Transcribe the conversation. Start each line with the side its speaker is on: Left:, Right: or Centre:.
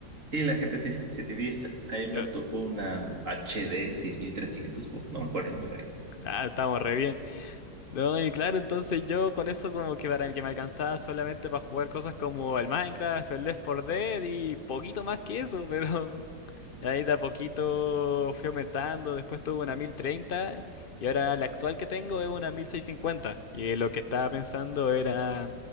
Right: Y la GT 710, ahí me
Left: Eh,
Right: tocó una HD 6300, po- no me acuerdo el número.
Left: Ah, estamos re bien. No, y claro, entonces yo con eso como que para el que me alcanzaba solamente para jugar cosas como el Minecraft, el Left 4 Dead y poquito más que eso, pero <laughs> ahí de a poquito fui aumentando, después tuve una 1030 y ahora la actual que tengo es una mil seiscientos cincuenta Y lo que estaba pensando era,